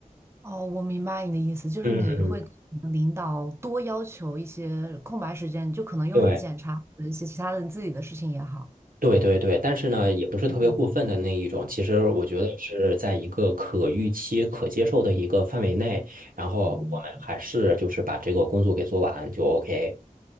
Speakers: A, on the right; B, on the right.
A: 哦，我明白你的意思，就是你会跟你的领导多要求一些空白时间，
B: 嗯嗯，
A: 就可能用于检查一些其他的你自己的事情也好。
B: 对。对对对，但是呢，也不是特别过分的那一种。
A: 嗯。
B: 其实我觉得是在一个可预期、可接受的一个范围内，然后我们还是就是把这个工作给做完就
A: 嗯，
B: OK。